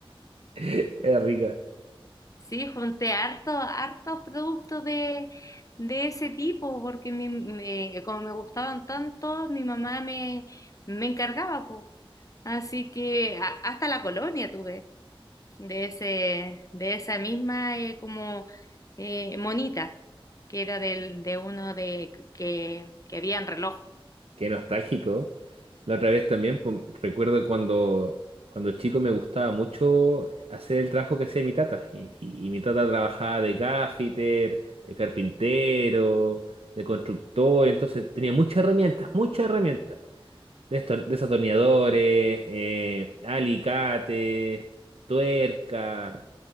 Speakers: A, on the right (about 90°); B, on the left (about 35°).
A: <laughs> Era rico.
B: Sí, junté harto, hartos productos de, de ese tipo, porque mi- me- como me gustaban tanto, mi mamá me, me encargaba, po. Así que a- hasta la colonia tuve de ese, de esa misma eh, como eh, monita, que era del, de uno de que, que había en reloj.
A: Qué nostálgico. La otra vez también, pues, recuerdo cuando, cuando chico me gustaba mucho hacer el trabajo que hacía mi tata. Y, y- y mi tata trabajaba de gaffiter, de carpintero, de constructor, entonces tenía muchas herramientas, muchas herramientas. desto desatornilladores, eh, alicate, tuerca.